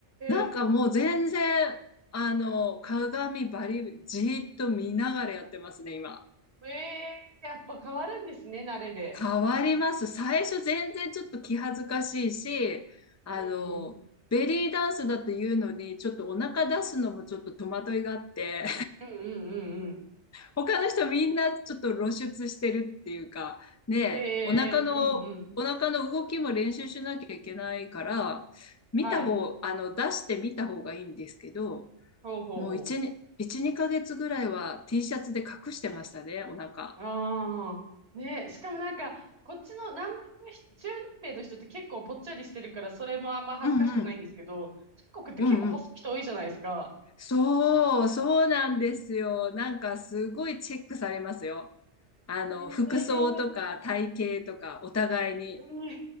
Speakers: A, on the left; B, on the right.
A: なんかもう全然、
B: え、
A: あの、鏡バリ、じーっと見ながらやってますね、今。
B: ええ、やっぱ変わるんですね、慣れで。
A: 変わります。最初全然ちょっと気恥ずかしいし、あの、
B: うんうん。
A: ベリーダンスだというのに、ちょっとお腹出すのもちょっと戸惑いがあって、
B: うんうんうんうん。
A: 他の人みんなちょっと露出してるっていうか、ねえ、
B: へ
A: お腹の、
B: え、うんうん。
A: お腹の動きも練習しなきゃいけないから、見た方、
B: はい。
A: あの、出してみた方がいいんですけど、
B: ほうほうほ
A: もう1、に1、2ヶ月ぐらいは T シャツで隠してましたね、お腹。
B: う。ああ。ねえしかもなんか、こっちの南米の人、中南米の人って結構ぽっちゃりしてるから、それもあんま恥ずかしくないんですけど、
A: うんうん。
B: 韓国って結構細い人多いじゃないですか。
A: うんうん。そう、そうなんですよ。なんかすごいチェックされますよ。あの、
B: へ
A: 服装とか体型とかお互いに。
B: え、うん